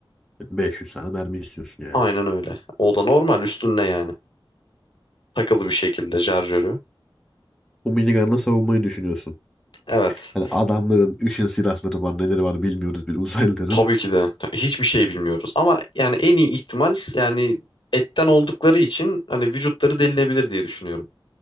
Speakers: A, in the centre; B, on the left.
A: 500 tane mermi istiyorsun yani.
B: Aynen öyle. O da normal üstünde yani. Takılı bir şekilde şarjörü.
A: O minigunla savunmayı düşünüyorsun.
B: Evet.
A: Yani adamların ışın silahları var neleri var bilmiyoruz bir uzaylıların.
B: Tabii ki de. Hiçbir şey bilmiyoruz. Ama yani en iyi ihtimal yani etten oldukları için hani vücutları delinebilir diye düşünüyorum.